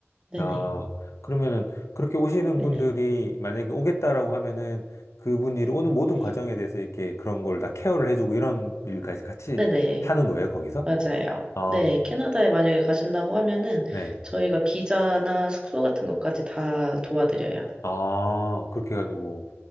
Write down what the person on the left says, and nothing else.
아, 그러면은 그렇게 오시는
분들이 만약에 오겠다라고 하면은 그분들이 오는 모든 과정에
대해서 이렇게 그런 걸 다 케어를 해주고 이런 일까지 같이
하는 거예요, 거기서?
아,
네.
아, 그렇게 해가지고,